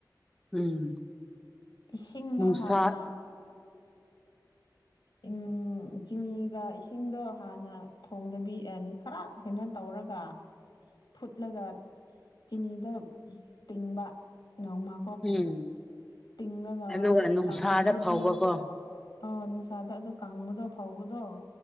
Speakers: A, in the centre; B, on the left.
A: ꯎꯝ
B: ꯏꯁꯤꯡꯗ
A: ꯅꯨꯡꯁꯥ
B: ꯍꯥꯟꯅ ꯎꯝ ꯆꯤꯅꯤꯒ ꯏꯁꯤꯡꯗꯣ ꯍꯥꯟꯅ ꯊꯣꯡꯗꯕꯤ ꯑꯦ ꯈꯔ ꯀꯩꯅꯣ ꯇꯧꯔꯒ ꯐꯨꯠꯂꯒ ꯆꯤꯅꯤꯗ ꯇꯤꯡꯕ ꯅꯣꯡꯃ
A: ꯎꯝ
B: ꯇꯤꯡꯔꯒ
A: ꯑꯗꯨꯒ ꯅꯨꯡꯁꯥꯗ
B: ꯇꯥꯡꯕꯗꯨꯗꯤ
A: ꯐꯥꯎꯕꯀꯣ
B: ꯑ ꯅꯨꯡꯁꯥꯗ ꯑꯗꯨ ꯀꯪꯕꯗꯣ ꯐꯥꯎꯕꯗꯣ